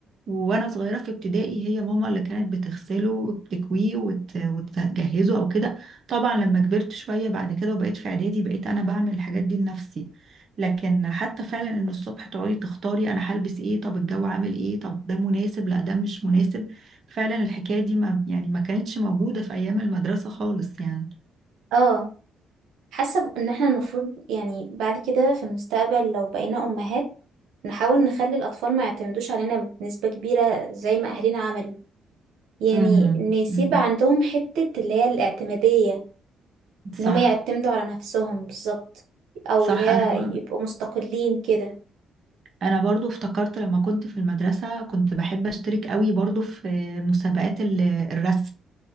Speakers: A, on the right; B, on the right.
A: وانا صغيرة في ابتدائي هي ماما اللي كانت بتغسله وبتكويه وت- وتجهزه او كده طبعا لما كبرت شوية بعد كده وبقيت في إعدادي بقيت أنا بعمل الحاجات دي لنفسي لكن حتى فعلا إن الصبح تقعدي تختاري أنا هلبس إيه طب الجو عامل إيه طب ده مناسب لا ده مش مناسب فعلا الحكاية دي ما يعني ما كانتش موجودة في أيام المدرسة خالص يعني
B: اه حاسة ب- ان احنا المفروض يعني بعد كده في المستقبل لو بقينا امهات نحاول نخلي الاطفال ما يعتمدوش علينا بنسبة كبيرة زي ما اهلنا عملوا يعني
A: امم
B: نسيب
A: مم.
B: عندهم حتة اللي هي الاعتمادية
A: صح
B: ان هم يعتمدوا على نفسهم بالظبط او
A: صح
B: اللي هي
A: انا بر...
B: يبقوا مستقلين كده
A: انا برضو افتكرت لما كنت في المدرسه كنت بحب اشترك قوي برضو في مسابقات ال- الرسم